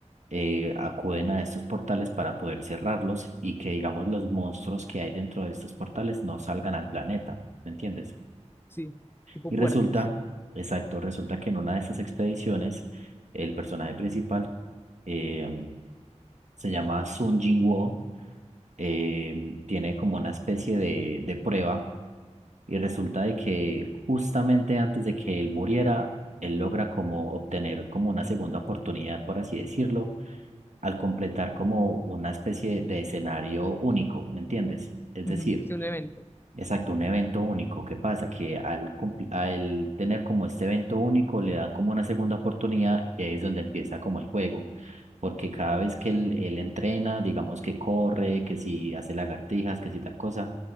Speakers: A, on the right; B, on the left.
A: eh, acuden a estos portales para poder cerrarlos y que, digamos, los monstruos que hay dentro de estos portales no salgan al planeta, ¿me entiendes?
B: sí, tipo
A: Y resulta,
B: puertas,
A: exacto, resulta que en una de estas expediciones, el personaje principal eh, se llama Sun Jinwoo, eh, tiene como una especie de, de prueba Y resulta de que justamente antes de que él muriera, él logra como obtener como una segunda oportunidad, por así decirlo, al completar como una especie de escenario único, ¿me entiendes? Es
B: Ujú,
A: decir,
B: Sí, un evento.
A: Exacto, un evento único. ¿Qué pasa? Que al, cumpl- al tener como este evento único le dan como una segunda oportunidad y ahí es donde empieza como el juego. Porque cada vez que él, él entrena, digamos que corre, que si hace lagartijas, que si tal cosa,